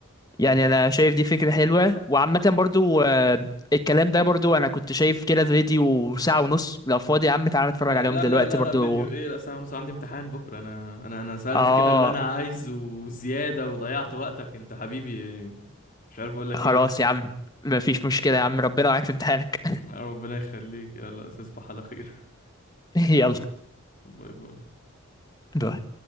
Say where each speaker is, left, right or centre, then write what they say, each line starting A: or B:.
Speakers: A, on the left; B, on the left.
A: يعني
B: آه،
A: انا شايف دي فكرة حلوة وعامة برضو آه، الكلام ده برضو انا كنت شايف كده فيديو ساعة ونص لو فاضي يا عم تعالى نتفرج
B: لا
A: عليهم
B: لا
A: دلوقتي
B: لا لا
A: برضو
B: لا فيديو ايه لا ساعه ونص عندي امتحان بكره انا انا انا سالت
A: اه
B: كده اللي انا عايزه وزياده وضيعت وقتك انت حبيبي يعني مش عارف اقول لك
A: خلاص
B: ايه
A: يا عم مفيش مشكلة
B: آه،
A: يا عم ربنا
B: حبيبي
A: معاك في امتحانك
B: ربنا يخليك يلا تصبح على خير
A: <laughs> يلا
B: باي باي
A: باي